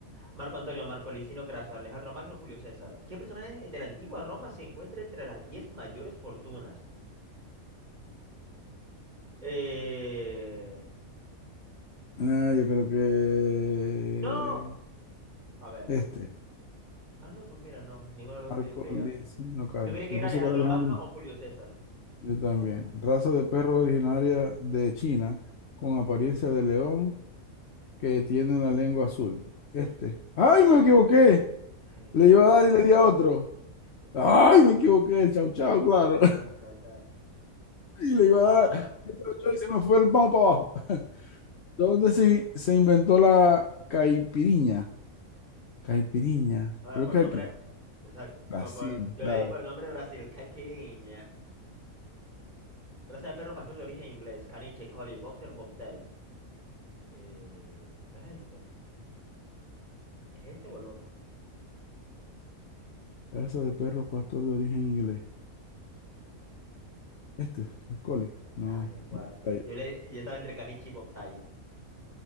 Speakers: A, on the right; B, on the left.
A: Marco Antonio, Marco Licino Craso, Alejandro Magno, Julio César. ¿Qué personaje de la antigua Roma se encuentra entre las 10 mayores fortunas? Eh...
B: Ah, yo creo que
A: No. A ver.
B: este,
A: Ah, no, pues mira, no. Ninguno de los dos
B: Marco
A: que yo creía.
B: Liz, no, Carlos.
A: Yo creí que
B: Yo
A: era
B: pensé
A: Alejandro
B: que era Alejandro.
A: Magno o Julio César.
B: Yo también. Raza de perro originaria de China con apariencia de león que tiene la lengua azul. Este. ¡Ay, me equivoqué!
A: Eh,
B: Le iba a dar y le di a otro.
A: este.
B: ¡Ay, me equivoqué! El chau chau, claro.
A: Ah, chao, chao.
B: y
A: Guau.
B: le iba a dar a- y se me fue el vamos para abajo. <laughs> ¿Dónde se, se inventó la caipiriña? Caipiriña,
A: A ver,
B: creo
A: por
B: que
A: nombre.
B: aquí.
A: esa- bueno,
B: Brasil,
A: por- yo
B: claro.
A: le di por nombre Brasil, caipirinha. Raza de perro pastor de origen inglés, caniche, collie, boxer, bobtail. Eh, ¿no es este? ¿Es este o el otro?
B: Raza de perro pastor de origen inglés. Este, el Collie. No,
A: Ay, el cuarto.
B: Bocaya.
A: Yo, le, yo estaba entre caniche y bobtail.